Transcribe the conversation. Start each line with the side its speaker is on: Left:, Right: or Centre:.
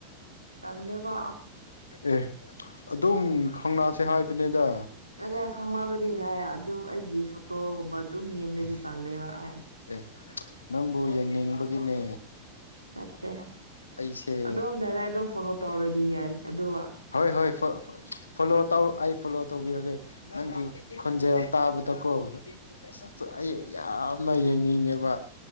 Right: ꯇꯜꯂ‌ꯦꯕ
Left: ꯑꯦ ꯑꯗꯨꯝ ꯈꯪꯅꯥꯁꯦ ꯍꯥꯏꯕꯅꯤꯗ
Right: ꯇꯜꯂ‌ꯦ ꯈꯪꯅꯕꯗꯤ ꯍꯥꯏꯌ‌ꯦ ꯑꯗꯨꯝ ꯑꯩꯒꯤ ꯐꯣꯇꯣꯒꯨꯝꯕ ꯑꯗꯨꯝ ꯌꯦꯡꯂꯗꯤ ꯇꯜꯂ‌ꯦꯕ ꯍꯥꯏ
Left: ꯑꯦ ꯅꯪꯕꯨ ꯌꯦꯡꯅꯤꯡꯕꯒꯤꯅꯦ
Right: ꯅꯠꯇꯦ
Left: ꯑꯩꯁꯦ
Right: ꯑꯗꯨꯝ ꯗꯥꯏꯔ‌ꯦꯛ ꯑꯗꯨꯝ ꯐꯣꯂ‌ꯣ ꯇꯧꯔꯗꯤ ꯌꯥꯏ ꯑꯗ‌ꯣ
Left: ꯍꯣꯏ ꯍꯣꯏ ꯐꯣ ꯐꯣꯂꯣ ꯇꯧ ꯐꯣꯂꯣ ꯇꯧꯕꯤꯔꯒꯦ ꯅꯪꯒꯤ ꯈꯣꯟꯖꯦꯜ ꯇꯥꯕꯗꯀꯣ ꯑꯁ ꯑꯩ ꯌꯥꯝꯅ ꯌꯦꯡꯅꯤꯡꯉꯦꯕ